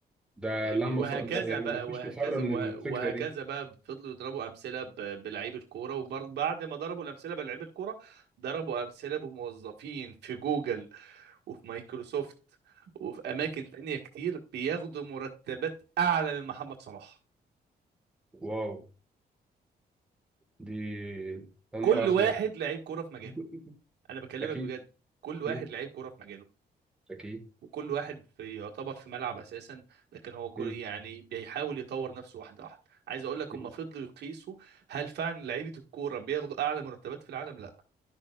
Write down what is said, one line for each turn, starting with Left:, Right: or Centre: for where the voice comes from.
Centre: ده
Right: فاهمني
Centre: لا مف...
Right: وهكذا
Centre: ولا يعني
Right: بقى
Centre: ما فيش
Right: وهكذا
Centre: مفر من
Right: وه-
Centre: الفكرة
Right: وهكذا
Centre: دي
Right: بقى فضلوا يضربوا امثله ب- بلعيبه كوره وبعد ما ضربوا الامثله بلعيبه كوره ضربوا امثله بموظفين في جوجل وفي مايكروسوفت وفي اماكن تانية كتير بياخدوا مرتبات اعلى من محمد صلاح
Centre: واو دي أول
Right: كل
Centre: مرة أعرف
Right: واحد
Centre: المعلومة
Right: لعيب كوره في مجاله
Centre: <laughs>
Right: انا بكلمك
Centre: أكيد
Right: بجد كل
Centre: أكيد
Right: واحد لعيب كوره في مجاله
Centre: أكيد
Right: وكل واحد في يعتبر في ملعب اساسا لكن هو كل
Centre: مم.
Right: يعني بيحاول يطور نفسه واحده واحده عايز اقول لك
Centre: مم.
Right: هم فضلوا يقيسوا هل فعلا لعيبه الكوره بياخدوا اعلى مرتبات في العالم لا